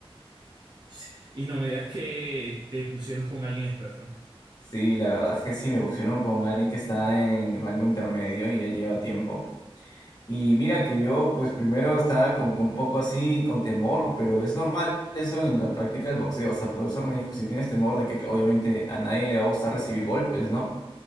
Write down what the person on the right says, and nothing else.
Sí. Y no me digas que te pusieron con alguien experto.